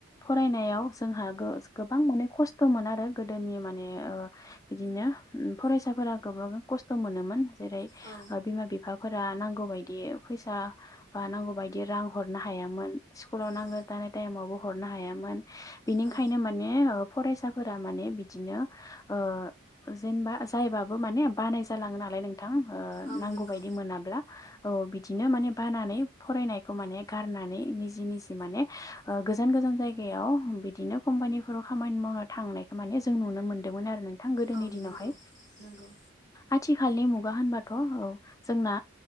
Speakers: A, on the left; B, on the left.
A: फरायनायाव जोंहा गोबां माने खस्थ'मोन आरो गोदोनि माने ओ बिदिनो फरायसाफोरा गोबां खस्थ' मोनोमोन। जेरै
B: औ
A: ओ बिमा बिफाफोरा नांगौ बायदि फैसा बा नांगौ बायदि रां हरनो हायामोन स्कुलाव नांगौ
B: औ
A: जानाय टाइमावबो हरनो हायामोन। बेनिखायनो
B: औ
A: माने ओ फरायसाफोरा माने बिदिनो ओ जेनेबा जायबाबो माने बानाय जालाङो नालाय नों थां ओ
B: औ
A: नांगौबादि
B: नंगौ
A: मोनाब्ला ओ बिदिनो माने बानानै फरायनायखौ माने गारनानै निजि निजि माने ओ गोजान गोजान जायगायाव बिदिनो कम्पानिफोराव खामानि मावनो थांनायखौ माने जों नुनो मोन्दोंमोन आरो। थां गोदोनि
B: औ
A: दिनावहाय
B: नंगौ नंगौ
A: आथिखालनि मुं गा होनबाथ' औ जोंना